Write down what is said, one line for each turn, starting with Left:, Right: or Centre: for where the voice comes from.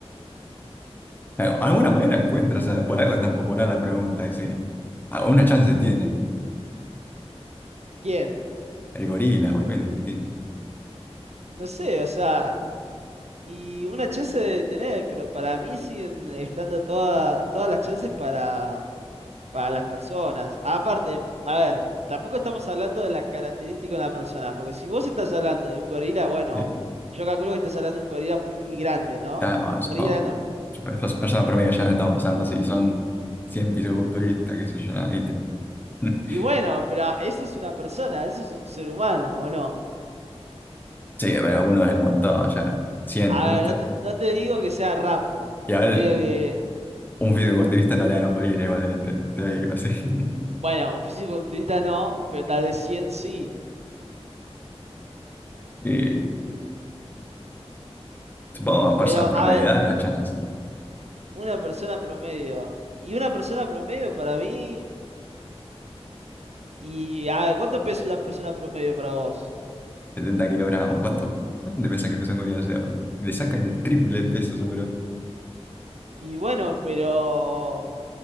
Left: Al- Alguna manera encuentra, o sea, por algo es tan popular la pregunta. Es, decir, ah, una chance tiene.
Right: ¿Quién?
Left: El gorila, obviamente. que-
Right: No sé, o sea, Y una chance de tener, pero para mí siguen estando toda- todas las chances para, para las personas. Aparte, a ver, tampoco estamos hablando de las características de una persona, porque si vos estás hablando de un gorila, bueno,
Left: sí.
Right: yo calculo que estás hablando de un gorila muy grande, ¿no?
Left: Está, ah,
Right: Un
Left: supongo.
Right: gorila enorme.
Left: super- Persona promedio ya estaba pasando, si son 100 fisiculturistas, qué sé yo. nada, ¿viste? <laughs>
Right: Y bueno, pero eso es una persona, eso es un ser humano, ¿o no?
Left: Sí, pero uno del montón, ya. cien
Right: A
Left: justo.
Right: ver, no te, no te digo que sea Rambo,
Left: Y ahora
Right: no te digo que...
Left: un fisiculturista no le dan a un gorila, igualmente. Te digo así. <laughs>
Right: Bueno, un fisiculturista no, pero tal vez 100 sí.
Left: Y supongo a personas
Right: Pero,
Left: promedio,
Right: a ver,
Left: dale una chance.
Right: Una persona promedio. Y una persona promedio para mí. Y a ver, ¿cuánto pesa una persona promedio para vos?
Left: setenta kilogramos. ¿Cuánto, cuánto te pesa
Right: S-
Left: que pesan gorilas? O sea, le saca el triple peso seguro.
Right: Y bueno, pero.